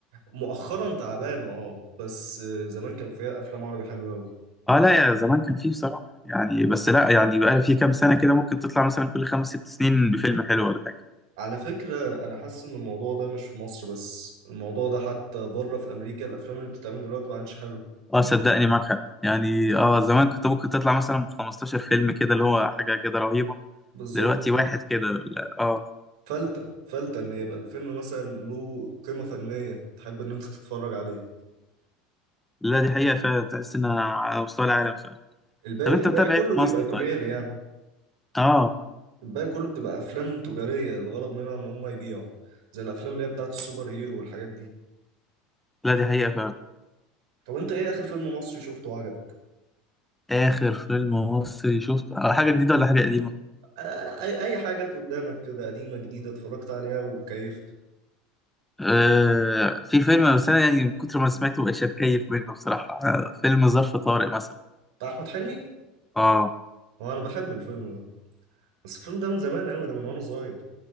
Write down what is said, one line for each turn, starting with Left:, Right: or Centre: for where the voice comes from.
Right: مؤخرا تعبان اه بس زمان كان فيها افلام عربي حلوه قوي
Centre: اه لا يا زمان كان فيه بصراحه يعني بس لا يعني بقى في كام سنه كده ممكن تطلع مثلا كل خمس ست سنين بفيلم حلو ولا حاجه
Right: على فكره انا حاسس ان الموضوع ده مش في مصر بس الموضوع ده حتى بره في امريكا الافلام اللي بتتعمل دلوقتي ما عادش حلوه
Centre: اه صدقني معاك حق يعني اه زمان كنت ممكن تطلع مثلا ب 15 فيلم كده اللي هو حاجه كده رهيبه
Right: بالظبط
Centre: دلوقتي واحد كده لا اه
Right: فلتة فلتة ان يبقى الفيلم مثلا له قيمه فنيه تحب ان انت تتفرج عليه
Centre: لا دي حقيقه فعلا تحس انها على مستوى العالم فعلا
Right: الباقي
Centre: طب انت
Right: الباقي
Centre: متابع
Right: كله
Centre: ايه في
Right: بيبقى
Centre: مصر طيب
Right: تجاري يعني
Centre: اه
Right: الباقي كله بتبقى افلام تجاريه الغرض منها ان هم يبيعوا زي الافلام اللي هي بتاعت السوبر هيرو والحاجات دي
Centre: لا دي حقيقة فعلا
Right: طب انت ايه اخر فيلم مصري شفته وعجبك
Centre: آخر فيلم مصري شفته أه، حاجة جديدة ولا حاجة قديمة؟
Right: آ- اي اي حاجه جت قدامك كده قديمه جديده اتفرجت عليها وكيفت
Centre: آه في فيلم بس أنا يعني من كتر ما سمعته مبقاش أتكيف منه بصراحة آه، فيلم ظرف طارق مثلا
Right: بتاع احمد حلمي
Centre: آه
Right: هو انا بحب الفيلم ده بس الفيلم ده من زمان قوي ده من وانا صغير